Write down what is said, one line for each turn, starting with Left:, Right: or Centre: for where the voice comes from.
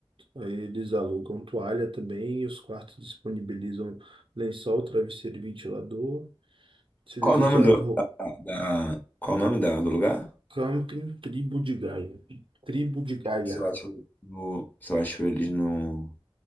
Right: Aí eles alugam toalha também e os quartos disponibilizam lençol, travesseiro e ventilador. Se desejar
Left: Qual o nome do,
Right: de roupa.
Left: da, da- qual o nome da, do lugar?
Right: Camping Tribo de Gaia. Tribo de Gaia.
Left: Você acha no, você acha eles no,